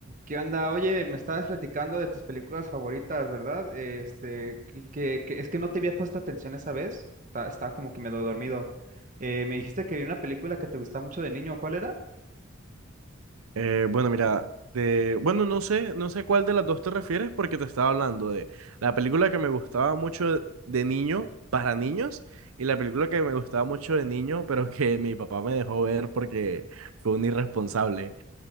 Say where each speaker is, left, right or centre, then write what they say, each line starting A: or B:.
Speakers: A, on the right (about 35°); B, on the right (about 85°).
A: ¿Qué onda? Oye, me estabas platicando de tus películas favoritas, ¿verdad? Este, que, que- que- es que no te había puesto atención esa vez. Está- Estaba como que medio dormido. Eh, me dijiste que vi una película que te gustaba mucho de niño. ¿Cuál era?
B: Eh, bueno, mira, de, bueno, no sé, no sé cuál de las dos te refieres porque te estaba hablando de la película que me gustaba mucho de, de niño para niños y la película que me gustaba mucho de niño, pero que mi papá me dejó ver porque fue un irresponsable.